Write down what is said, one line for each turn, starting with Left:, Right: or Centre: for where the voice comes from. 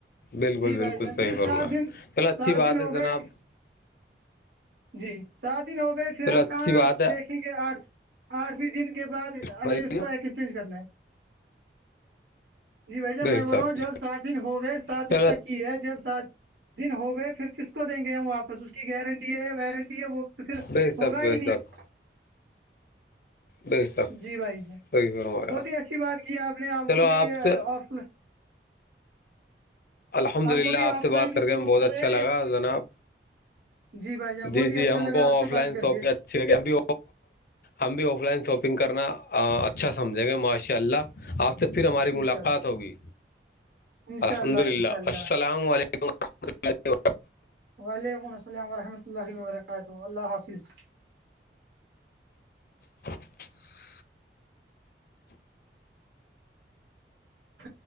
Left: بالکل
Right: جی بھائی
Left: بالکل
Right: جان
Left: صحیح
Right: پھر سات
Left: فرمایا
Right: دن
Left: چلو
Right: سات
Left: اچھی بات
Right: دن ہو
Left: ہے
Right: گئے
Left: جناب
Right: جی سات دن ہو گئے پھر
Left: چلو
Right: ہم
Left: اچھی
Right: کہاں
Left: بات
Right: دیکھیں گے آٹھ آٹھویں دن کے بعد
Left: ہے
Right: ہمیں اس کو ایکسچینج کرنا ہے جی بھ جا
Left: بے
Right: میں بول
Left: شک
Right: رہا ہوں جب سات دن ہو گئے سات
Left: چلو
Right: دن تک ہی ہے جب سات دن ہو گئے پھر کس کو دیں گے ہم واپس اس کی گارنٹی ہے وارنٹی ہے وہ تو پھر
Left: بے شک
Right: ہوگا ہی
Left: بے
Right: نہیں
Left: شک بے شک
Right: جی بھائی جی
Left: صحیح فرمایا
Right: بہت ہی اچھی بات کی آپ نے آپ
Left: چلو
Right: کو بھی
Left: سے
Right: آف
Left: الحمد للہ
Right: کو بھی
Left: آپ
Right: آف
Left: سے
Right: لائن
Left: بات کر
Right: ہی چوز
Left: کے ہم بہت
Right: کرے
Left: اچھا لگا جناب
Right: جی بھائی جان بہت
Left: جی
Right: ہی
Left: جی
Right: اچھا
Left: ہم
Right: لگا
Left: کو
Right: آپ سے
Left: آف لائن
Right: بات کر
Left: شاپ
Right: کے
Left: ھ ہم بھی ہم بھی آف لائن شاپنگ کرنا اچھا سمجھیں گے ماشاء اللہ آپ سے پھر ہماری ملاقات
Right: انشاء اللہ
Left: ہوگی
Right: انشاء
Left: الحمد
Right: اللہ
Left: للہ
Right: انشاء اللہ
Left: السلام علیکم ا
Right: وعلیکم السلام ورحمۃ اللہ وبرکاتہ اللہ حافظ
Left: <inaudible>
Right: ہ